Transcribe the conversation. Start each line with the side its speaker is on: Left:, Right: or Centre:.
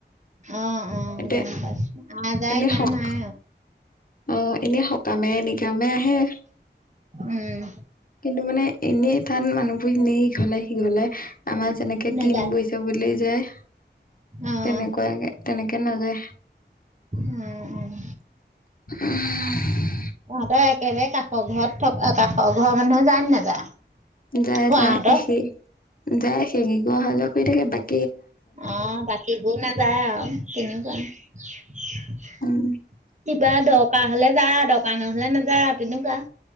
Right: অ
Left: এতিয়া
Right: অ। নাযায়
Left: এনে
Right: ইমান
Left: সক
Right: নাই
Left: অ এনে সকামে এ নিকামে আহে
Right: উম,
Left: কিন্তু মানে এনেই তাত মানুহবোৰ এনেই ইঘলে সিঘলে আমাৰ যেনেকে
Right: নাযায়
Left: কিনো গৈছে বুলি যায়।
Right: অ',
Left: তেনেকুৱাকে তেনেকে নাযায়
Right: উম, উম।
Left: উম
Right: তহঁতৰ একেবাৰে কাষৰ ঘৰত থকা কাষৰ ঘৰৰ মানুহ যায় নে নাযায়?
Left: যায়
Right: খুৰাহঁতৰ
Left: যায় সে যায় সে কি যোৱা অহা যোৱা কৰি থাকে বাইক
Right: অ বাকীবোৰ নাযায় আৰু কেনেকুৱা কিবা
Left: উম
Right: দৰকাৰ হলে যা দৰকাৰ নহলে নাযা তেনেকুৱা